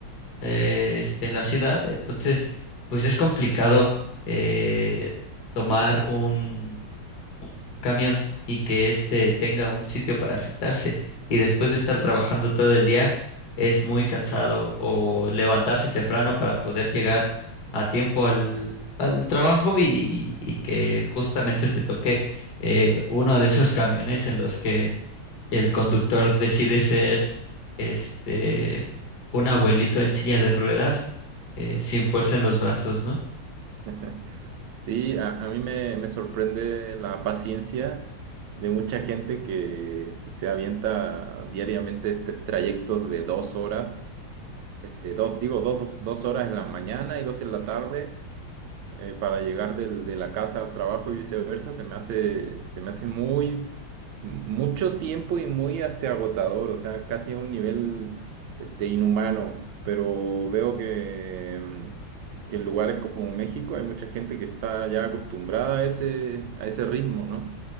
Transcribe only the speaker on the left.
eh, este, en la ciudad, entonces pues es complicado eh, tomar un camión y que éste tenga un sitio para sentarse. Y después de estar trabajando todo el día, es muy cansado o levantarse temprano para poder llegar a tiempo al, al trabajo y, y que justamente te toque eh, uno de esos camiones en los que el conductor decide ser este un abuelito en silla de ruedas eh, sin fuerza en los brazos, ¿no?